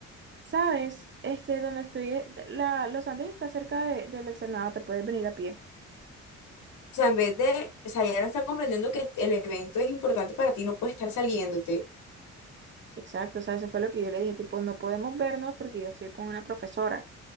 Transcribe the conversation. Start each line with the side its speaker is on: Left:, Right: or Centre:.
Right: ¿sabes? Este, donde estoy, eh, la, Los Andes está cerca de- del externado, te puedes venir a pie.
Left: O sea, en vez de, o sea, ella no está comprendiendo que el evento es importante para ti, no puedes estar saliéndote.
Right: Exacto, o sea, eso fue lo que yo le dije, tipo, no podemos vernos porque yo estoy con una profesora.